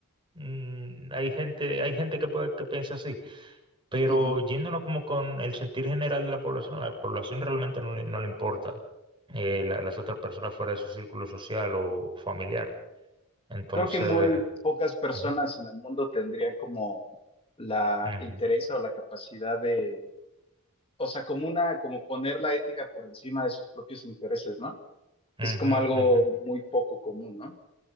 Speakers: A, on the right; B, on the left.
A: Mm, hay gente, hay gente que puede que piensa así, pero
B: Uh -huh.
A: yéndonos como con el sentir general de la población, la población realmente no le, no le importa eh, la- las otras personas fuera de su círculo social o familiar. Entonces,
B: creo que muy pocas personas
A: ujú,
B: en el mundo tendrían como la
A: ujú,
B: interés o la capacidad de, o sea, como una, como poner la ética por encima de sus propios intereses, ¿no?
A: ujú,
B: Es como algo
A: ujú.
B: muy poco común, ¿no?